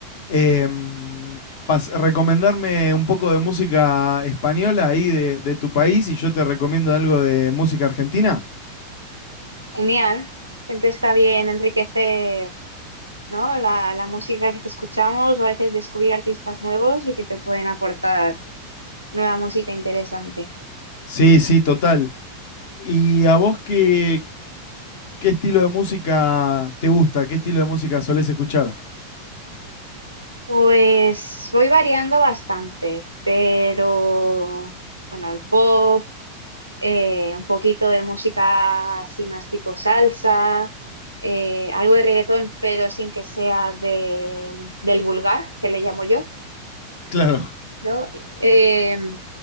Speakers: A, on the left (about 50°); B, on the right (about 80°).
A: em, pas- recomendarme un poco de música española ahí de, de tu país y yo te recomiendo algo de música argentina?
B: Genial, siempre está bien enriquecer, ¿no? La, la música que escuchamos o a veces descubrir artistas nuevos y que te pueden aportar nueva música interesante.
A: Sí, sí, total. ¿Y a vos qué, qué estilo de música te gusta? ¿Qué estilo de música solés escuchar?
B: Pues voy variando bastante, pero bueno, al pop. eh, un poquito de música así más tipo salsa, eh, algo de reggaetón, pero sin que sea de- del vulgar, que le llamo yo,
A: Claro.
B: ¿no? Eh,